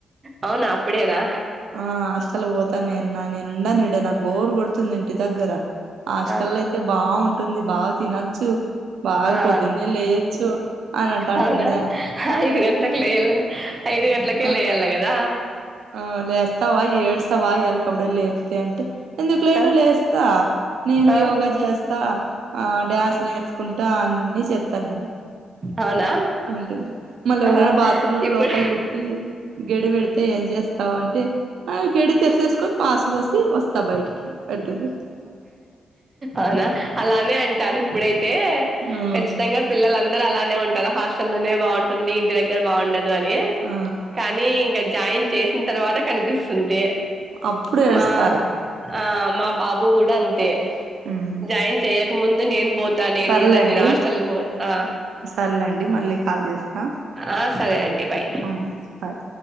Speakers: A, on the right; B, on the right.
A: అవున అప్పుడేనా
B: ఆ హాస్టల్ పోతాను నేను న నేను ఉండను ఇడ నాకు బోర్ కొడుతుంది ఇంటి దగ్గర హాస్టల్
A: ఆ
B: అయితే బావు టుంది బాగా తినొచ్చు బాగా
A: ఆ
B: పొద్దున్నే లెయచ్చు అని అంటంటుందే
A: అవునా ఐదు గంటల్కు లేయాలని ఐదు గంటల్కే
B: ఆ
A: లేయాలి కదా
B: ఆ లేస్తావా ఏడుస్తావా ఎళ్ కవుడేలే స్తే అంటే ఎందుకులేను
A: ఆ
B: లేస్తా నేను
A: ఆ
B: యోగా చేస్ స్తా ఆ డ్యాన్స్ నేర్చుకుంటా అన్ని చేత్త నేను
A: అవునా
B: ఉంటంది మళ్ళీ ఎవరైనా
A: ఆ
B: బాత్రూమ్
A: ఇప్పుడు
B: లోపల పెట్టి గెడి పెడితే ఏం చేస్ స్తావ్ అంటే ఆ గేడి తెరిసేసుకొని పాసు పోసి వస్తా బయటికి అంటది
A: అవునా అలానే అంటారు ఇప్పుడైతే
B: ఉమ్
A: ఖచ్చితంగా పిల్లలందరు అలానే ఉంటారు హాస్టల్లో లోనే బావుంటుంది ఇంటి దగ్గర బావుండదు అని
B: ఆ
A: కానీ ఇంకా జాయిన్ చేసిన తర్వాత కనిపిస్తుంది
B: అప్పుడు ఏడుస్తారు
A: మా ఆ మా బాబు కూడా అంతే
B: ఉమ్
A: జాయిన్ చెయ్యక ముందు నేను బోత్ తా నేను
B: సర్లేండి
A: ఉండను నేను హాస్టల్ పోతా
B: సర్లేండి మళ్ళీ కాల్ చేస్తా
A: ఆ సరే అండి బాయ్
B: ఉమ్ బాయ్